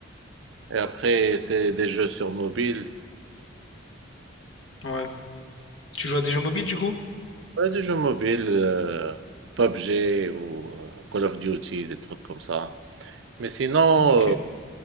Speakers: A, on the right (about 65°); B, on the left (about 70°).
A: Et après, c'est des jeux sur mobile.
B: Ouais. Tu joues à des jeux mobiles, du coup?
A: Ouais, des jeux mobiles, euh, PUBG ou euh, Call of Duty, des trucs comme ça. Mais sinon,
B: Ah, Ok.
A: euh,